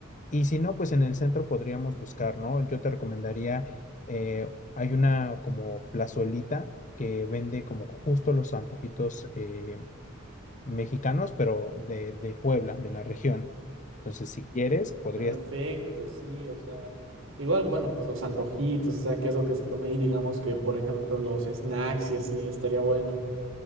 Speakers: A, on the left; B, on the right.
A: Y si no, pues en el centro podríamos buscar, ¿no? Yo te recomendaría, eh, hay una como plazuelita que vende como justo los antojitos eh, mexicanos, pero de, de Puebla, de la región. Entonces, si quieres, podrías
B: Perfecto, sí, o sea. Igual, bueno, pues los antojitos, o sea, qué es lo que se come ahí, digamos que, por ejemplo, los snacks y así, estaría bueno.